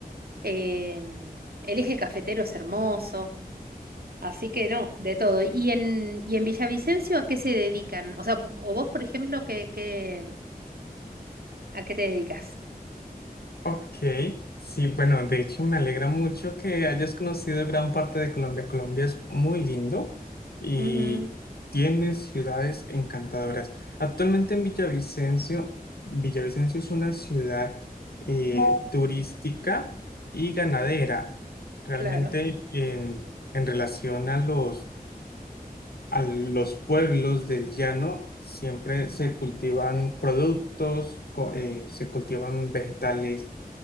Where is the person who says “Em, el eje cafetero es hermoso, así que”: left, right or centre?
Right